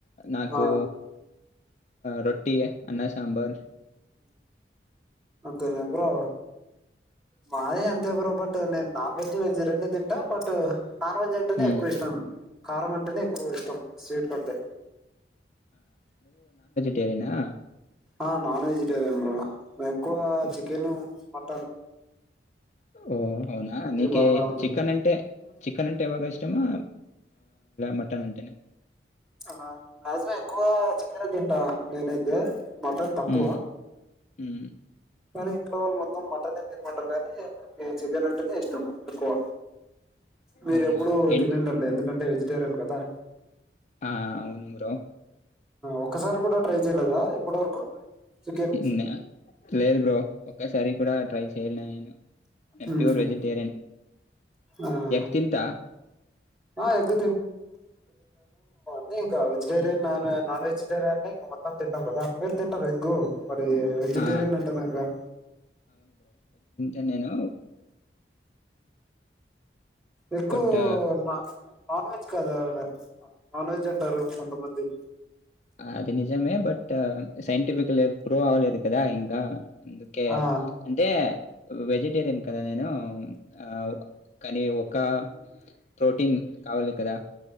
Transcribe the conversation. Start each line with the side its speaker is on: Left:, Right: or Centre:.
Left: నాకు
Centre: ఆ!
Left: రోట్టి అన్నా సాంబర్
Centre: అంతేనా బ్రో మాయ అంత ఇవ్ర బట్ నను నాన్ వెజ్ వెజ్ రెండు తింట బట్ నాన్ వెజ్ అంటేనే
Left: ఉమ్,
Centre: ఎక్కువ ఇష్టం కారం అంటేనే ఎక్కువ ఇష్టం స్వీట్ కంటే
Left: టేరినా
Centre: ఆ నాన్ వెజిటేరియన్ బ్రో మెక్కువ
Left: ఓకే
Centre: చికెను టన్
Left: ఓ అవునా నీకే
Centre: బాగా ఉంటుంది
Left: చికన్ అంటే చికెన్ అంటే ఎవగా ఇష్టమా మటన్ అంటేనా
Centre: ఆ మాజ్మా ఎక్కువ చికెన్ తింటా నేనైతే మటన్ తక్కువ
Left: హ్మ్ హ్మ్
Centre: కానీ ఇంట్లో వాళ్లు మొత్తం మటన్ చికెన్ మటర్ కాగానీ నాకు చికెన్ అంటేనే ఇష్టం ఎక్కువ మీరు
Left: అవునా
Centre: ఎప్పుడు
Left: ఏంటి
Centre: తినిండర్లే ఎందుకంటే టేరియన్ కదా
Left: ఆ, అవును బ్రో
Centre: ఒక్కసారి కూడా ట్రై చేయలేదా ఇప్పుటి వరకు చికెన్
Left: తిన్న లేదు బ్రో ఒక్కసారి కూడా ట్రై చెయలే నేను
Centre: ఉమ్,
Left: ప్యూర్ వెజిటేరియన్
Centre: ఆ
Left: ఎగ్ తింటా
Centre: ఆ ఎగ్ అ ఇంకా వెజటరియన్
Left: ఉమ్,
Centre: నాన్ నాన్ వెజ్ వెజటేరియన్ని ని మొత్తం తింటావ్ కదా మీరు తింటారు ఎగ్గు మరి వెజిటేరియన్
Left: ఆ,
Centre: అంటున్నారుగా
Left: ఎనెను
Centre: ఎగ్
Left: బట్
Centre: నా నాన్ వెజ్ కాద నాన్ వెజ్ అంటారు కొంతమంది
Left: అది నిజమే బట్ సైంటిఫికలి ప్రూవ్ అవ్వలేదు కదా ఇంకా అందుకే
Centre: ఆ
Left: అంటే వెజిటేరియన్ కదా నేను ఆ కానీ ఒ ఒక ప్రోటీన్ కావాలి కదా